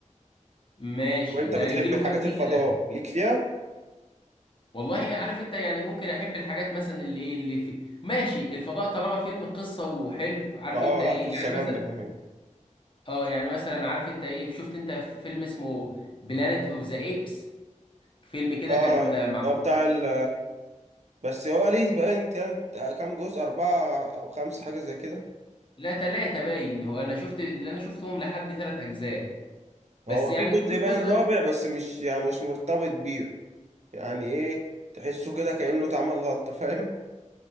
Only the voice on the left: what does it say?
ماشي
ده
يجي له
كام جيجا
ده
والله عارف انت يعني ممكن احب الحاجات مثلا اللي ايه اللي في ماشي الفضاء طالما فيلم قصة وحلو عارف
انت
ايه
يعني
مثلا
اه يعني مثلا عارف انت ايه شفت انت في فيلم اسمه بلانيت اوف ذا ايبس فيلم كده
كان معمول
لا تلاتة باين هو انا شفت اللي انا شفتهم لحد تلات اجزاء بس
يعني
كل
جزء
آه،